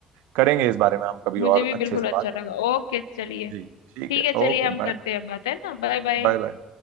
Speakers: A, on the right; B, on the left.
A: करेंगे इस बारे में हम कभी
B: मुझे
A: और
B: भी
A: अच्छे
B: बिल्कुल
A: से
B: अच्छा
A: बात
B: लगा ओके चलिए
A: जी ठीक
B: ठीक
A: है
B: है चलिए
A: okay
B: हम
A: bye
B: करते
A: bye
B: हैं बात है ना Bye bye
A: Bye bye